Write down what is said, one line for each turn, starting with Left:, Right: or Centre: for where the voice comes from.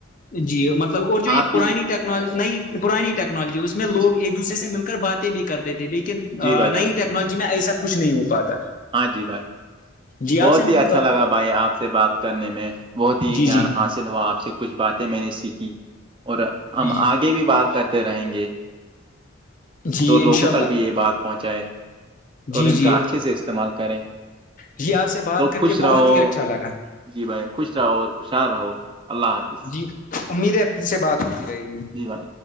Left: جی مطلب اور جو یہ
Right: آپ
Left: پرانی
Right: بھی
Left: ٹیکنالوجی نئی پرانی ٹیکنالوجی اس میں لوگ
Right: جی
Left: ایک دوسر سے مل کر باتیں بھی کرتے تھے لیکن
Right: جی بھائی جان
Left: نئی ٹیکنالوجی میں ایسا کچھ نہیں ہو پاتا
Right: ہاں جی بھائی
Left: جی آپ
Right: بہت
Left: سے مل
Right: ہی اچھا
Left: کر
Right: لگا بھائی آپ سے بات کرنے میں بہت ہی
Left: جی
Right: جیان
Left: جی
Right: حاصل چ ہو آپ سے کچھ باتیں میں نے سیکھی اور ہم
Left: جی جی
Right: آگے بھی بات کرتے رہیں گے
Left: جی
Right: تو
Left: انشاء
Right: لوگوں
Left: اللہ
Right: تک بھی یہ بات پہنچائے اور
Left: جی
Right: ان
Left: جی
Right: کا اچھے سے استعمال کریں
Left: جی آپ سے بات
Right: تو
Left: کر
Right: خوش
Left: کے
Right: رہو
Left: بہت ہی اچھا لگا
Right: جی بھائی خوش رہو اور خوشحال رہو اللہ حافظ
Left: جی امید ہے پھر سے بات ہوتی رہے گی
Right: جی بھائی